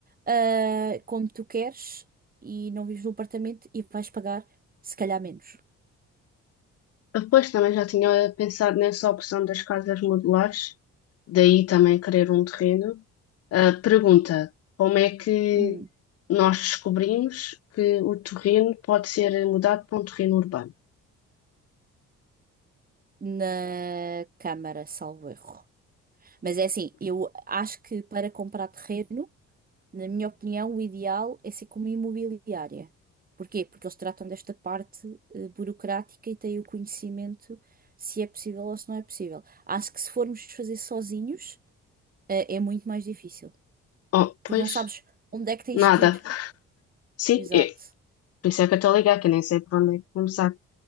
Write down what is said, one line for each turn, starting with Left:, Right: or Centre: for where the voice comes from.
Right: ah, como tu queres, e não vives num apartamento e vais pagar, se calhar, menos.
Left: Depois também já tinha pensado nessa opção das casas modulares, daí também querer um terreno. Ah, pergunta: como é que
Right: Hum,
Left: nós descobrimos que o terreno pode ser mudado para um terreno urbano?
Right: na Câmara, salvo erro. Mas é assim, eu acho que para comprar terreno, na minha opinião, o ideal é ser como imobiliária. Porquê? Porque eles tratam desta parte eh, burocrática e têm o conhecimento se é possível ou se não é possível. Acho que se formos fazer sozinhos, eh, é muito mais difícil.
Left: Oh,
Right: Porque
Left: pois,
Right: não sabes onde é que tens
Left: nada.
Right: que ir.
Left: Sim,
Right: Exato.
Left: é. Por isso é que eu estou a ligar, que eu nem sei por onde é que começar.